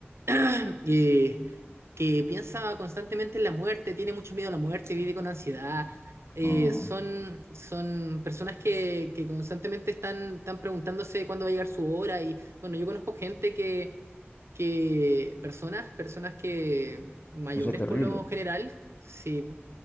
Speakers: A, on the right (about 80°); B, on the left (about 45°).
A: <clears throat> eh, que piensa constantemente en la muerte, tiene mucho miedo a la muerte, vive con ansiedad. Eh,
B: Ah,
A: son, son personas que, que constantemente están, están preguntándose cuándo va a llegar su hora. Y bueno, yo conozco gente que, que personas, personas que mayores
B: eso es terrible.
A: por lo general, sí,